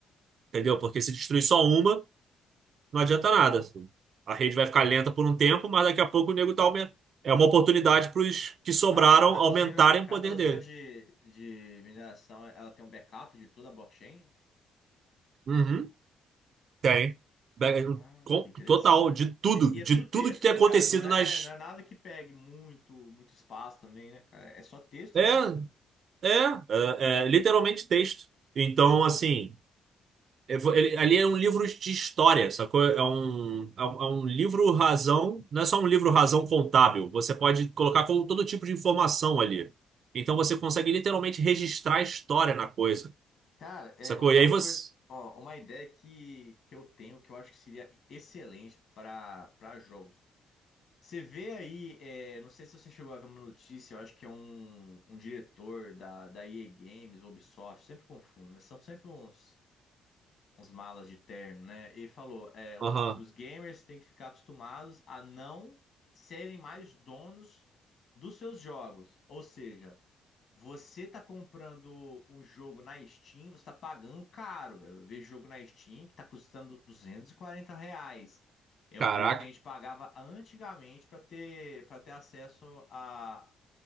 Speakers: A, on the right; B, on the left.
A: Entendeu? Porque se destruir só uma, não adianta nada. A rede vai ficar lenta por um tempo, mas daqui a pouco o nego tá aumentando. É uma oportunidade para os que sobraram
B: Ah, cada
A: aumentarem
B: usina, cada
A: o poder
B: usina
A: dele.
B: de, de mineração ela tem um backup de toda a blockchain?
A: Uhum, tem. Be-
B: Ah,
A: com-
B: que interessante.
A: Total, de tudo,
B: E e é
A: de
B: tudo
A: tudo
B: texto,
A: que tem
B: né,
A: acontecido
B: cara? Não é,
A: nas.
B: não é nada que pegue muito, muito espaço também, né, cara? É só texto,
A: É,
B: né?
A: é, é, é, é literalmente texto. Então, assim. é, vo- ele- ali é um livro de história, sacou? É um, é um é um livro razão, não é só um livro razão contábil. Você pode colocar com todo tipo de informação ali. Então você consegue literalmente registrar a história na coisa,
B: Cara, é
A: sacou?
B: uma
A: E aí você.
B: coisa, ó, uma ideia que, que eu tenho que eu acho que seria excelente para para jogos. Você vê aí, é, não sei se você chegou a ver uma notícia, eu acho que é um, um diretor da, da EA Games, Ubisoft, sempre confundo, mas são sempre uns. uns malas de terno, né? E falou: é, os,
A: Aham,
B: os gamers têm que ficar acostumados a não serem mais donos dos seus jogos. Ou seja, você tá comprando um jogo na Steam, você tá pagando caro. Eu vejo jogo na Steam que tá custando 240 reais. É
A: caraca,
B: o preço que a gente pagava antigamente para ter, para ter acesso a,